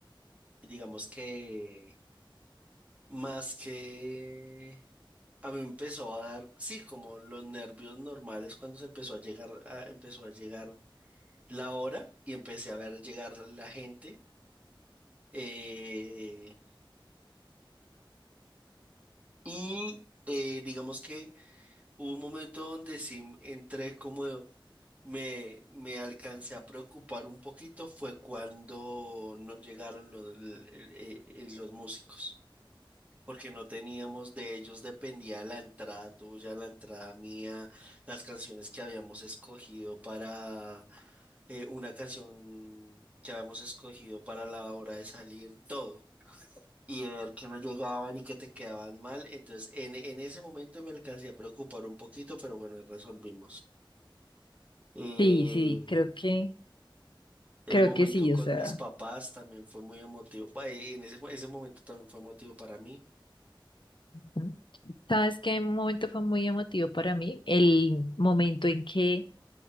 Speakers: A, on the right; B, on the left.
A: Digamos que Más que a mí me empezó a dar, sí, como los nervios normales cuando se empezó a llegar, a- empezó a llegar la hora y empecé a ver llegar la gente. eh, y eh, digamos que hubo un momento donde sí entré como me, me alcancé a preocupar un poquito fue cuando no llegaron los, el- el- eh, los músicos. porque no teníamos, de ellos dependía la entrada tuya, la entrada mía, las canciones que habíamos escogido para eh, una canción que habíamos escogido para la hora de salir, todo. Y de ver que no llegaban y que te quedaban mal. Entonces, en, en ese momento me alcancé a preocupar un poquito, pero bueno, resolvimos. Eh,
B: Sí, sí, creo que,
A: el
B: creo
A: momento
B: que sí,
A: con
B: o sea.
A: mis papás también fue muy emotivo. Bah, En ese, ese momento también fue emotivo para mí.
B: ujú. ¿Sabes qué momento fue muy emotivo para mí? El momento en que,